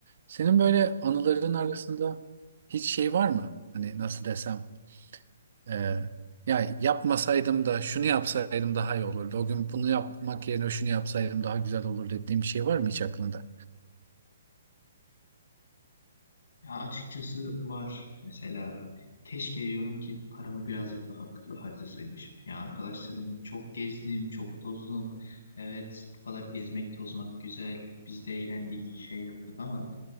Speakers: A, on the right (about 60°); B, on the left (about 70°).
A: Senin böyle anıların arasında hiç şey var mı? Hani nasıl desem, e, ya yapmasaydım da şunu yapsaydım daha iyi olurdu. O gün bunu yapmak yerine şunu yapsaydım daha güzel olur dediğim bir şey var mı hiç aklında?
B: Ya açıkçası var. Mesela keşke diyorum ki paramı birazcık daha akıllı harcasaymışım. Ya arkadaşlarımla çok gezdim, çok tozdum. Evet, bu kadar gezmek, tozmak güzel. Biz de eğlendik, şey yaptık ama